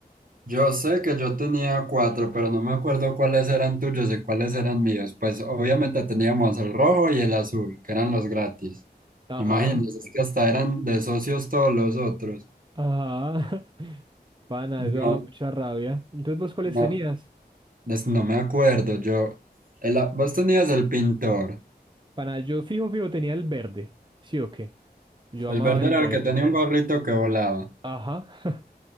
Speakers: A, on the right (about 55°); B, on the right (about 25°).
A: Yo sé que yo tenía cuatro, pero no me acuerdo cuáles eran tuyos y cuáles eran míos. Pues obviamente teníamos el rojo y el azul, que eran los gratis.
B: Ajá.
A: Imagínense, es que hasta eran de socios todos los otros.
B: Ah, <laughs> pana, eso daba
A: No,
B: mucha rabia. Entonces, ¿vos cuáles
A: no,
B: tenías?
A: es- no me acuerdo. Yo, el- a- vos tenías el pintor.
B: Pana, yo fijo, fijo, tenía el verde. ¿Sí o qué? Yo amaba
A: El verde
B: el
A: era
B: verde.
A: el que tenía un gorrito que volaba.
B: Ajá. <laughs>